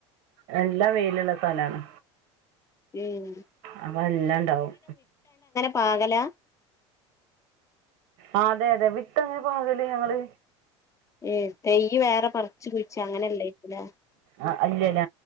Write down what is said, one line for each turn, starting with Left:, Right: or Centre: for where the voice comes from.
Right: നല്ലാ വെയിലുള്ള സ്ഥലാണ്
Left: ഉം
Right: അപ എല്ലാണ്ടാവും
Left: പാവലാ
Right: ആഹ് അതെ അതെ വിട്ട അങ്ങനെ പാകലാ ഞങ്ങള്
Left: ഏ തൈയ്യ് വേറെ പറച്ച് കുയ്ച്ചങ്ങനെയല്ലായ്ക്കുലേ
Right: ആഹ് അല്ലല്ല